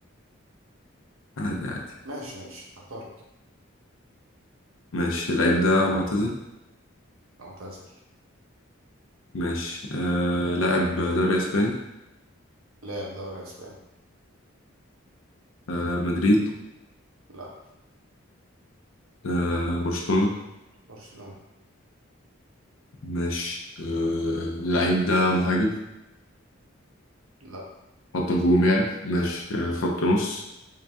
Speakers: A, on the left (about 70°); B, on the right (about 80°).
A: عادي عادي
B: ماشي ماشي اخترت
A: ماشي اللعيب ده معتزل
B: معتزل
A: ماشي آه لاعب دوري اسباني
B: لاعب دوري اسباني
A: آه مدريد
B: لا
A: آه برشلونه
B: برشلونه
A: ماشي آه، اللعيب ده مهاجم
B: لا
A: خط هجوم يعني ماشي آه، خط نص